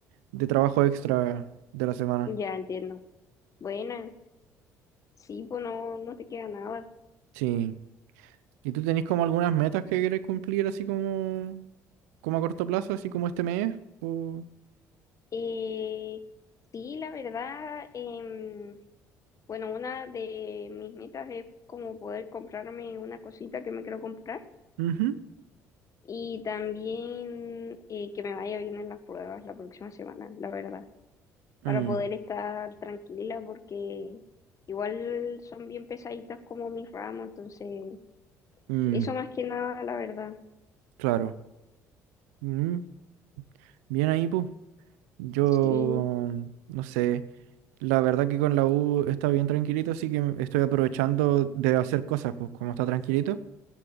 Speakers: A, on the right; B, on the left.
A: de trabajo extra de la semana.
B: Ya entiendo. Buena, sí, pues no, no te queda nada.
A: Sí, ¿y tú tenés como algunas metas que querés cumplir así como, como a corto plazo, así como este mes? O...
B: Eh, sí, la verdad, em, bueno, una de mis metas es como poder comprarme una cosita que me quiero comprar
A: Ujú.
B: y también eh, que me vaya bien en las pruebas la próxima semana, la verdad. para
A: Mm,
B: poder estar tranquila porque igual son bien pesaditas como mis ramos, entonces
A: mm,
B: eso más que nada, la verdad.
A: claro. Mm, Bien ahí, pues. Yo,
B: Sí,
A: no sé, la verdad que con la U está bien tranquilito, así que estoy aprovechando de hacer cosas, pues como está tranquilito.